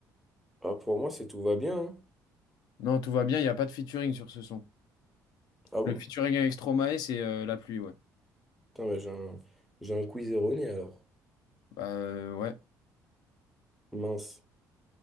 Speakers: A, in the centre; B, on the left.
A: Ah, pour moi, c'est Tout va bien. hein.
B: Non, tout va bien, il n'y a pas de featuring sur ce son.
A: Ah bon?
B: Le featuring avec Stromae, c'est euh, la pluie, ouais.
A: Putain, bah, j'ai un, j'ai un quiz erroné alors.
B: Bah, euh, ouais.
A: Mince.